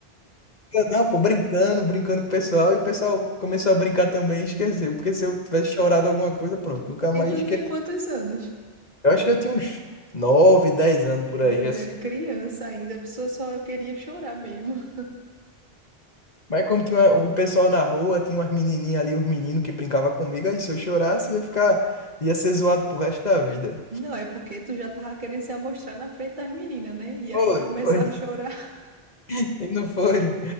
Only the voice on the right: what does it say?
E tu
tinha quantos anos?
Meu
Deus,
é criança ainda, a pessoa só queria chorar mesmo. <laughs>
Não, é porque tu já tava querendo se amostrar na frente das meninas, né? E
aí começar
a chorar,